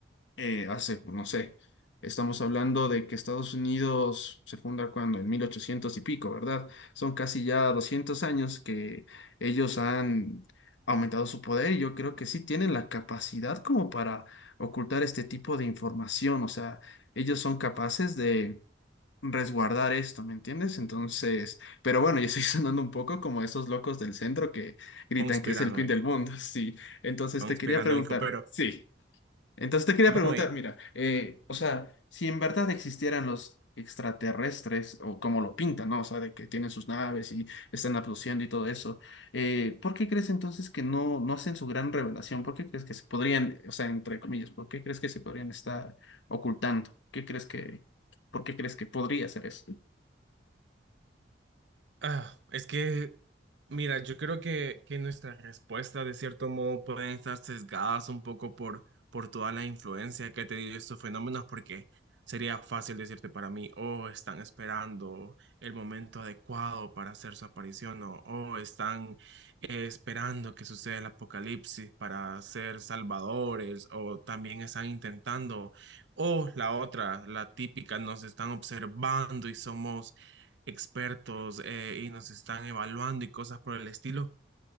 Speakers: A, on the left; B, on the right.
A: eh, hace, pues, no sé, estamos hablando de que Estados Unidos se funda cuando, en 1800 y pico, ¿verdad? Son casi ya 200 años que ellos han aumentado su poder y yo creo que sí tienen la capacidad como para ocultar este tipo de información, o sea, ellos son capaces de resguardar esto, ¿me entiendes? Entonces, pero bueno, yo <laughs> estoy sonando un poco como esos locos del centro que gritan
B: conspiranoico,
A: que es el fin del mundo, <laughs> sí. Entonces
B: conspiranoico,
A: te quería preguntar,
B: pero
A: sí, entonces te quería
B: no,
A: preguntar,
B: eh,
A: mira, eh, o sea, si en verdad existieran los extraterrestres, o como lo pintan, ¿no? O sea, de que tienen sus naves y están abduciendo y todo eso, eh, ¿por qué crees entonces que no, no hacen su gran revelación? ¿Por qué crees que se podrían, o sea, entre comillas, ¿por qué crees que se podrían estar ocultando? ¿Qué crees que, por qué crees que podría ser eso?
B: ah, es que Mira, yo creo que, que nuestras respuestas de cierto modo pueden estar sesgadas un poco por, por toda la influencia que ha tenido estos fenómenos, porque sería fácil decirte para mí, oh, están esperando el momento adecuado para hacer su aparición, o oh, están eh, esperando que suceda el apocalipsis para ser salvadores, o también están intentando, o la otra, la típica, nos están observando y somos expertos eh, y nos están evaluando y cosas por el estilo,